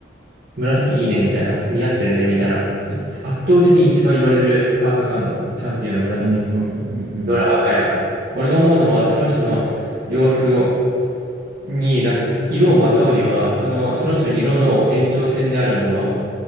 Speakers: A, on the right (about 55°); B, on the right (about 80°).
A: 紫いいね、みたいな。似合ってるね、みたいな。い圧倒的に一番言われるパーカーがあるの。チャンピオンの紫。
B: うんうんう
A: で俺赤やん。
B: ん。
A: 俺が思うのは、その人の洋服をに、なんか、色をまとうには、その、その人の色の延長線であるもの、